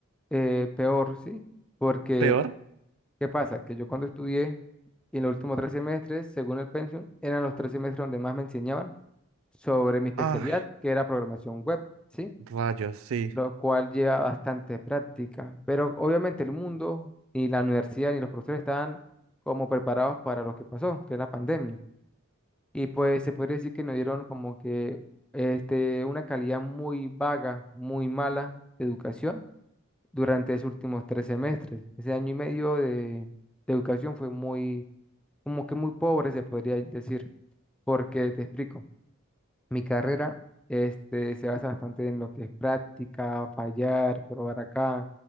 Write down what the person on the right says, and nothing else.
¿Peor?
Ay,
rayos, sí.